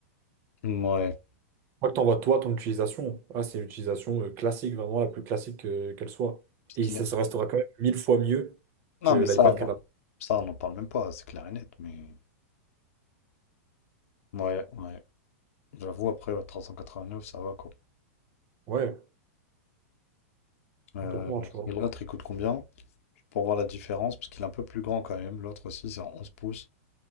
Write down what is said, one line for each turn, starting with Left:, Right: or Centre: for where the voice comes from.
Left: Ouais.
Right: Je crois que t'envoies toi ton utilisation. Ah, c'est l'utilisation euh, classique, vraiment la plus classique euh, qu'elle soit.
Left: Parce
Right: Et
Left: qu'il
Right: ça
Left: a-
Right: se restera quand même mille fois mieux
Left: Non,
Right: que l'iPad
Left: mais ça, bon,
Right: qu'elle a.
Left: ça, on n'en parle même pas, c'est clair et net. Mais ouais, ouais. J'avoue, après ouais, neuf ça va quoi.
Right: Ouais,
Left: Euh,
Right: complètement, tu vois.
Left: et l'autre, il coûte combien? Pour voir la différence, parce qu'il est un peu plus grand quand même. L'autre aussi, c'est en 11 pouces.